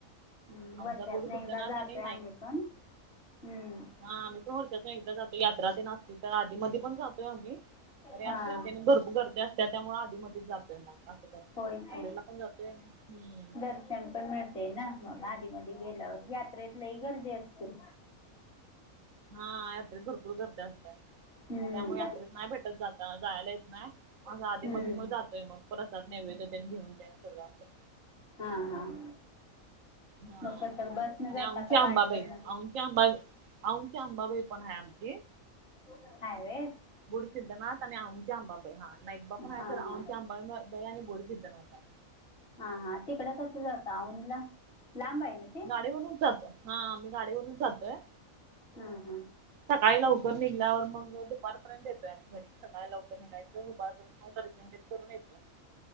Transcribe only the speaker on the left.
''हं
''वर्षातून
एकदा जातो
आहे आम्ही पण हम्म.
हां
होय की
दर्शन पण मिळतंय. ते ना मग आधी म गेल्यावर यात्रेतलाही गर्दी असते.
हं,
हं,
''हां'' हां''
मग कसं बसनं
जाता
का
गाडीवरनं
<unintelligible>
हा
हा
हा हा तिकड कसं जातं औंधला लांब आहे ना ते
हां हां